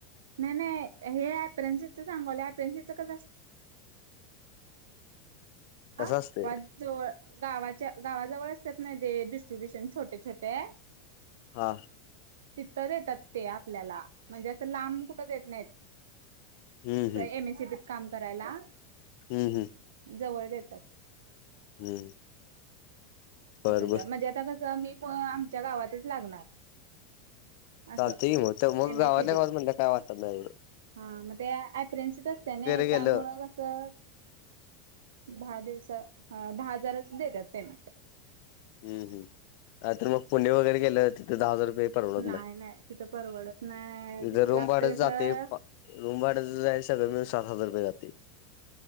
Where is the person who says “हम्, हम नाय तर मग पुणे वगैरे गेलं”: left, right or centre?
Left